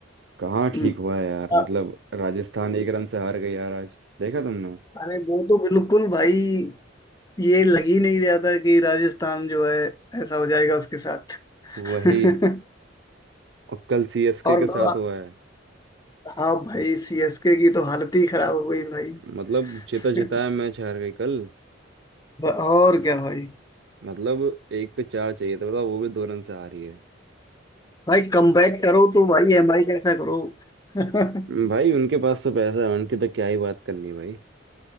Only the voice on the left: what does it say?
हम्म,
अ-
अरे वो तो बिल्कुल भाई ये लग ही नहीं रहा था कि राजस्थान जो है ऐसा हो जाएगा उसके साथ
<laughs>
और
बताओ
आप
हाँ भाई सीएसके की तो हालत ही खराब हो गई भाई
<laughs>
ब- और क्या भाई
भाई कमबैक करो तो भाई एमआई कैसा करो <laughs>